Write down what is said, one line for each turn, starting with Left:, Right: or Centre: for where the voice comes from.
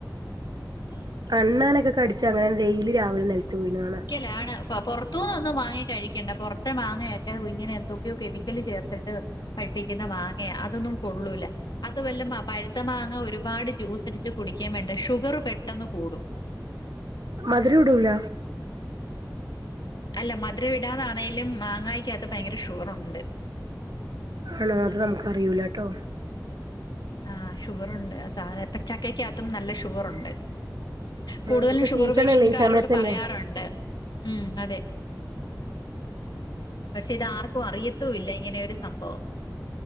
Left: ഉ
Right: അണ്ണാനൊക്കെ കടിച്ചച്ച് അങ്ങനെ ഡെയിലി രാവില നിലത്ത് വീണു കാണാ
Left: ലാണ് അ പുറത്തുന്നു ഒന്നും വാങ്ങി കഴിക്കണ്ട പുറത്തെ വാങ്ങിയക്ക ഇങ്ങനെ എന്തൊക്കെയോ കെമിക്കല് ചേർത്തിട്ട് പഴിപ്പിക്കുന്ന മാങ്ങയ അതൊന്നും കൊള്ളൂല അത് വല്ലം പഴ പഴുത്ത മാങ്ങ ഒരുപാട് ജ്യൂസ് അടിച്ച് കുടിക്കാൻ വേണ്ട ഷുഗർ പെട്ടെന്ന് കൂടും
Right: മധുരം ഇടൂല്ല
Left: അല്ല മധുര ഇടാതൊണെങ്കലും മാങ്ങായ്ക്ക അകത്തു ഭയങ്കരം ഷുകറുണ്ട്
Right: ആണോ അത് നമുക്ക് അറിയൂല കേട്ടോ
Left: ആ ഷുഗറുണ്ട് സാധ ചക്കക്കകത്തും നല്ല ഷുഗറുണ്ട് കൂടുതലും
Right: ഇതിപ്പോ
Left: ഷുഗർ
Right: സീസണല്ലേ
Left: പേഷ്യന്റുകാരോട്
Right: ഈ സമയത്തല്ലേ
Left: പറയാറുണ്ട് ഉം അതെ പക്ഷെ ഇത് ആർക്കും അറിയത്ത ഇല്ല ഇങ്ങനെ ഒരു സംഭവം